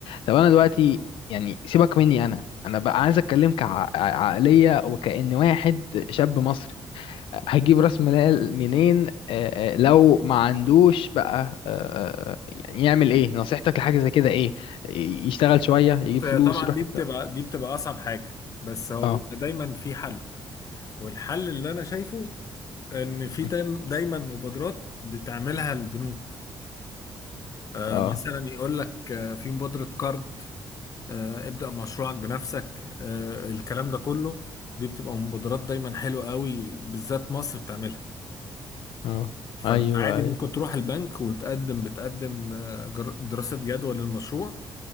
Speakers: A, on the left; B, on the left.
A: طب انا دلوقتي يعني سيبك مني انا انا بقى عايز اتكلم كعقلية وكأن واحد شاب مصري هجيب راس مال منين آه، آه، لو ما عندوش بقى آه، آه، يعني يعمل ايه نصيحتك لحاجة زي كده ايه يشتغل شوية
B: بص،
A: يجيب
B: هي
A: فلوس
B: طبعا
A: يروح
B: دي
A: يبدأ
B: بتبقى دي بتبقى اصعب حاجه بس هو
A: اه
B: بيبقى دايما في حل والحل اللي انا شايفه ان في
A: م.
B: تايم- دايما مبادرات بتعملها البنوك آه
A: اه
B: مثلا يقول لك آه في مبادره كارد آه ابدا مشروعك بنفسك آه الكلام ده كله دي بتبقى مبادرات دايما حلوه قوي بالذات مصر بتعملها
A: اه
B: فانت
A: ايوه
B: عادي
A: ايوه
B: ممكن تروح البنك وتقدم بتقدم آه، جر- دراسه جدوى للمشروع